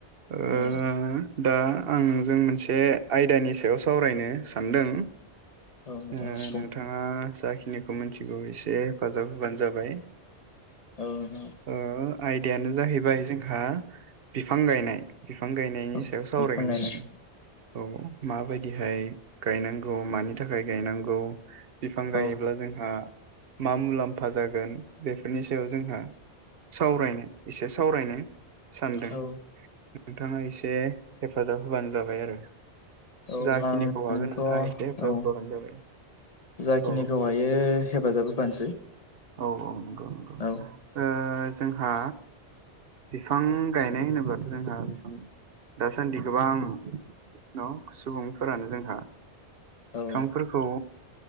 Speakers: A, on the right; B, on the left.
A: ओ
B: औ
A: दा आं नोंजों मोनसे आयदानि सायाव सावरायनो सानदों
B: औ नोंथां
A: ओ
B: औ बुं
A: नोंथाङा जाखिनिखौ मिथिगौ एसे हेफाजाब होबानो जाबाय।
B: औ नोंथां
A: ओ आयदायानो जाहैबाय जोंहा बिफां गायनाय। बिफां गायनायनि
B: औ
A: सायाव सावरायगोन
B: बिफां गायनाय
A: जोङो औ माबायदिहाय गायनांगौ मानि थाखाय गायनांगौ बिफां गायोब्ला
B: औ
A: जोंहा मा मुलाम्फा जागोन बेफोरनि सायाव जोंहा? सावरायनो एसे सावरायनो सानदों
B: औ
A: नोंथाङा एसे हेफाजाब होबानो जाबाय आरो
B: औ
A: जाखिनिखौ
B: आंथ'
A: हागोन नोंथाङा
B: औ
A: एसे हेफाजाब होफाबानो जाबाय
B: जाखिनिखौ
A: औ
B: हायो हेफाजाब होफानोसै
A: औ औ नगौ
B: औ।
A: ओ जोंहा बिफां गायनाय होनोब्लाथ' जोंहा बिफां दासान्दि गोबां न' सुबुंफोरानो जोंहा बिफांफोरखौ
B: औ